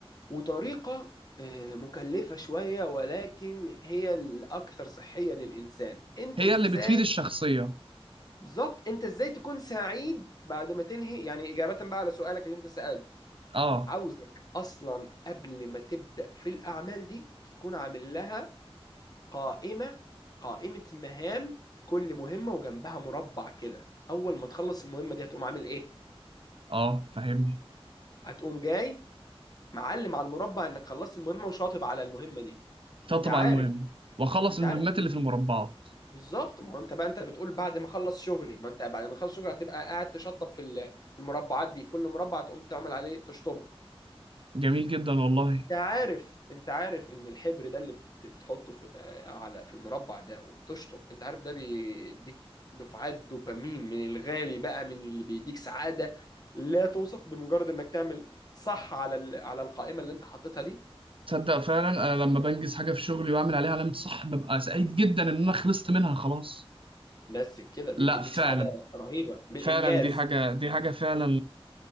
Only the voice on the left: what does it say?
وطريقة آه، مكلفة شوية ولكن هي الأكثر صحية للإنسان أنت
إزاي
بالظبط أنت إزاي تكون سعيد بعد ما تنهي يعني إجابة بقى على سؤالك اللي أنت سألته
عاوزك اصلا قبل ما تبدا في الاعمال دي تكون عامل لها قائمه قائمه مهام كل مهمه وجنبها مربع كده اول ما تخلص المهمه دي هتقوم عامل ايه
هتقوم جاي معلم على المربع انك خلصت المهمه وشاطب على المهمه دي
انت عارف
انت
عارف ان
بالظبط ما هو انت بقى انت بتقول بعد ما اخلص شغلي ما انت بعد ما اخلص شغلي هتبقى قاعد تشطب في ال- في المربعات دي كل مربع تقوم تعمل عليه تشطبه
انت عارف انت عارف ان الحبر ده اللي بت- بتحطه في آه، على في المربع ده وبتشطب انت عارف ده بيديك دفعات دوبامين من الغالي بقى من اللي بيديك سعادة لا توصف بمجرد انك تعمل صح على ال- على القائمة اللي انت حاططها دي
بس كده دي
بتديك
سعادة رهيبة بالانجاز